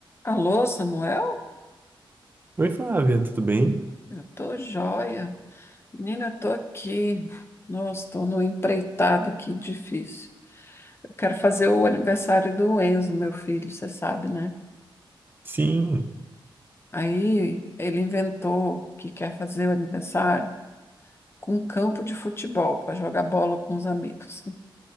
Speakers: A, on the left; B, on the right.
A: Alô, Samuel?
B: Oi, Flávia, tudo bem?
A: Eu tô joia. Menina, eu tô aqui. Nossa, tô numa empreitada aqui difícil. Eu quero fazer o aniversário do Enzo, meu filho, você sabe, né?
B: Sim.
A: Aí ele inventou que quer fazer o aniversário com um campo de futebol para jogar bola com os amigos.